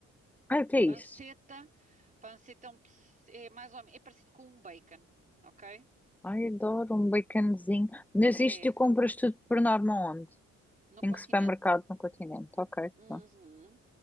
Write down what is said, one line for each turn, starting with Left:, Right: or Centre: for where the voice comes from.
Centre: Ai, o que é isso?
Right: Panceta, panceta é, um pes- é mais ou menos, é parecido com um bacon, ok?
Centre: Ai, adoro um baconzinho. Mas
Right: É,
Centre: isto tu compras tudo por norma onde?
Right: no
Centre: Em
Right: continente.
Centre: que supermercado no continente? Ok,
Right: Uhum.
Centre: pronto.